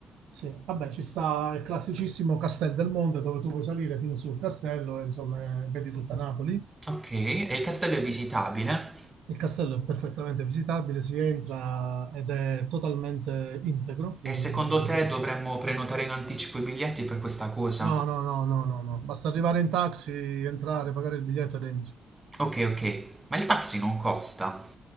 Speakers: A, on the right; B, on the right.
A: Sì, vabbè, ci sta il classicissimo Castel del Monte dove tu puoi salire fino sul castello e insomma eh, vedi tutta Napoli.
B: Ok, e il castello è visitabile?
A: Il castello è perfettamente visitabile, si entra ed è totalmente integro, quindi
B: E secondo
A: capito?
B: te dovremmo prenotare in anticipo i biglietti per questa cosa?
A: No, no, no, no, no, no. Basta arrivare in taxi, entrare, pagare il biglietto ed entri.
B: Ok, ok, ma il taxi non costa.